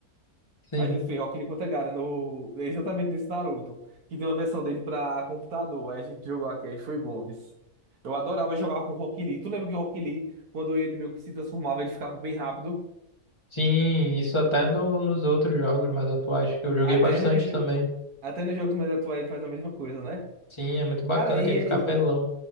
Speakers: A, on the left; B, on the right.
A: Sim,
B: A gente fez Rock Lee contra Gaara no... exatamente nesse Naruto, que tem uma versão dele pra computador. Aí a gente jogou aqui, aí foi bom, vice. Eu adorava jogar com o Rock Lee. Tu lembra que o Rock Lee, quando ele meio que se transformava, ele ficava bem rápido?
A: sim, isso até no, nos outros jogos mais atuais que eu joguei
B: Até
A: bastante
B: nos,
A: também.
B: até nos jogos mais atuais ele faz a mesma coisa, né?
A: Sim, é muito bacana
B: Cara, e,
A: que ele
B: e,
A: fica apelão.